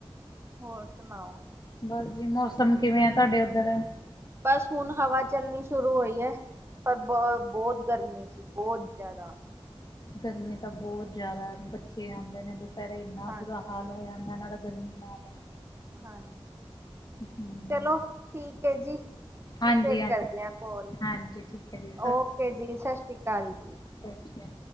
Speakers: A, on the right; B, on the left.
A: ਹੋਰ ਸੁਣਾਓ?
B: ਹੋਰ ਜੀ ਮੌਸਮ ਕਿਵੇਂ ਆ ਤੁਹਾਡੇ ਉੱਧਰ?
A: ਬਸ ਹੁਣ ਹਵਾ ਚੱਲਣੀ ਸ਼ੁਰੂ ਹੋਈ ਐ ਪਰ ਬੋਤ ਗਰਮੀ ਸੀ ਬਹੁਤ ਜਿਆਦਾ।
B: ਗਰਮੀ ਤਾਂ ਬਹੁਤ ਜ਼ਿਆਦਾ ਬੱਚੇ ਆਦੇ ਨੇ, ਦੁਪਹਿਰੇ ਇੰਨਾ
A: ਹਾਂਜੀ।
B: ਬੁਰਾ ਹਾਲ ਹੋ ਜਾਂਦਾ ਇਨ੍ਹਾਂ ਦਾ ਗਰਮੀ ਨਾਲ
A: ਹਾਂ
B: ਹਮ
A: ਚਲੋ ਠੀਕ ਐ ਜੀ।
B: ਹਾਂਜੀ
A: ਮੈਂ ਫਿਰ
B: ਹਾਂਜੀ
A: ਕਰਦੀ ਆ ਕਾਲ,
B: ਹਾਂਜੀ ਠੀਕ ਹੈ ਜੀ
A: ਓਕੇ ਜੀ ਸਤਿ ਸ੍ਰੀ ਅਕਾਲ ਜੀ।
B: ਅੱਛਾ,